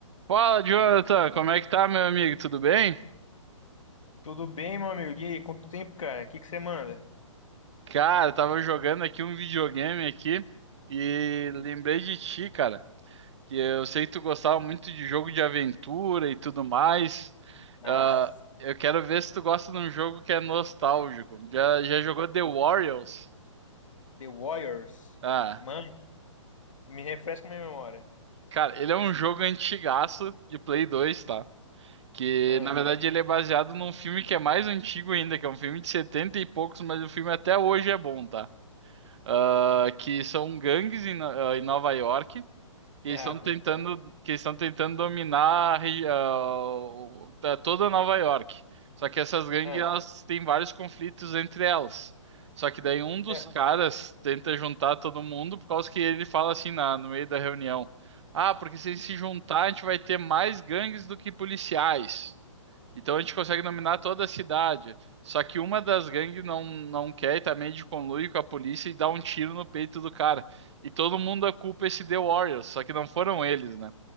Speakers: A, on the right; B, on the left.
A: Fala, Jonathan, como é que tá, meu amigo? Tudo bem?
B: Tudo bem, meu amigo? E aí, quanto tempo, cara? O que que você manda?
A: Cara, eu tava jogando aqui um videogame aqui e lembrei de ti, cara, que eu sei que tu gostava muito de jogo de aventura e tudo mais.
B: Nossa,
A: Ah, eu quero ver se tu gosta de um jogo que é nostálgico. Já, já jogou The Warriors?
B: The Warriors?
A: Ah,
B: Mano, me refresca minha memória.
A: cara, ele é um jogo antigaço de Play 2, tá? Que
B: Ah,
A: na verdade ele é baseado num filme que é mais antigo ainda, que é um filme de 70 e poucos, mas o filme até hoje é bom, tá? ah, que são gangues em, No- ah, em Nova York que
B: ah,
A: eles estão Uhum.
B: tá
A: tentando
B: ligado.
A: que eles estão tentando dominar a regi- ah, o- da- toda Nova York. Só que essas gangues
B: Ah,
A: elas têm vários conflitos entre elas. Só que daí um dos
B: é.
A: caras tenta juntar todo mundo por causa que ele fala assim na, no meio da reunião. Ah, porque se a gente se juntar, a gente vai ter mais gangues do que policiais. Então a gente consegue dominar toda a cidade. Só que uma das gangues não, não quer e tá meio de conluio com a polícia e dá um tiro no peito do cara. E todo mundo acupa esse The Warriors, só que não foram eles, né?